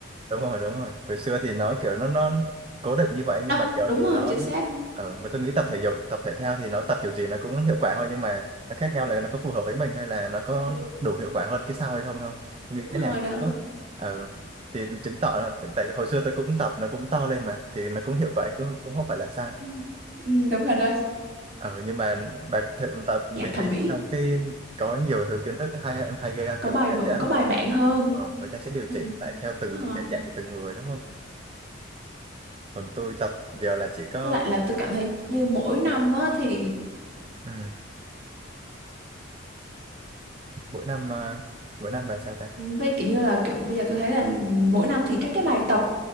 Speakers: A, on the right; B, on the right.
A: đúng rồi đúng rồi hồi xưa thì nó kiểu nó nó cố định như
B: <laughs>
A: vậy nhưng
B: đó
A: mà giờ
B: đúng
A: thì
B: rồi
A: nó
B: chính xác
A: ở mà tôi nghĩ tập thể dục tập thể thao thì nó tập kiểu gì nó cũng hiệu quả thôi nhưng mà nó khác nhau là nó có phù hợp với mình hay là nó có
B: Ừ,
A: đủ hiệu quả hơn cái sau hay không thôi tôi
B: đúng
A: nghĩ cái
B: rồi
A: nào
B: đó
A: tốt ừ. thì chứng tỏ là tại tại hồi xưa tôi cũng tập nó cũng to lên mà thì nó cũng hiệu quả cũng, cũng không phải là sai
B: Ừ, Ừ, đúng rồi đó
A: ừ, nhưng mà bà th tập
B: dạng
A: PT
B: thẩm mỹ
A: xong cái có nhiều thứ kiến thức hay hay ghê
B: có
A: kiểu
B: bài
A: người ta
B: vựng
A: sẽ
B: có bài bản hơn
A: ờ, người ta sẽ điều
B: Ừ.
A: chỉnh lại theo từng
B: Đúng rồi.
A: thể trạng của từng người đúng không còn tôi tập giờ là chỉ có
B: với lại là tôi cảm thấy như mỗi năm á thì
A: ừ, mỗi năm à, mỗi năm bài sao ta
B: với kiểu như là kiểu bây giờ tôi thấy là mỗi năm thì các cái bài tập